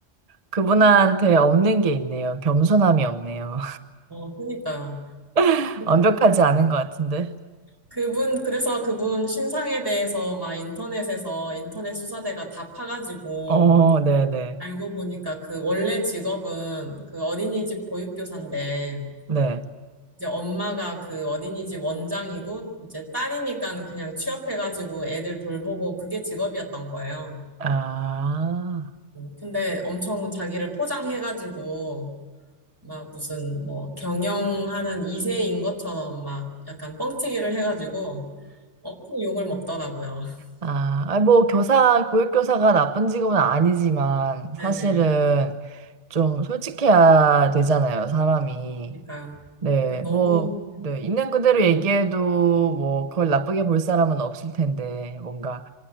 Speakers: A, on the right; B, on the right.
A: 그분한테 없는 게 있네요. 겸손함이 없네요.
B: 어 그니까요.
A: <laughs>
B: 그
A: 완벽하지 않은 것 같은데.
B: 그분, 그래서 그분 신상에 대해서 막 인터넷에서 인터넷 수사대가 다 파가지고
A: 어, 네네.
B: 알고 보니까 그 원래 직업은 그 어린이집 보육교사인데
A: 네.
B: 이제 엄마가 그 어린이집 원장이고 이제 딸이니까 그냥 취업해가지고 애들 돌보고 그게 직업이었던 거예요.
A: 아.
B: 음, 근데 엄청 자기를 포장해가지고 막 무슨 뭐 경영하는 2세인 것처럼 막 약간 뻥튀기를 해가지고 엄청 욕을 먹더라고요. <laughs>
A: 아, 아니 뭐 교사, 보육교사가 나쁜 직업은 아니지만
B: 네네.
A: 사실은 좀 솔직해야 되잖아요, 사람이.
B: 그러니까요.
A: 네,
B: 그러니까
A: 뭐,
B: 너무,
A: 네, 있는 그대로 얘기해도 뭐 그걸 나쁘게 볼 사람은 없을 텐데 뭔가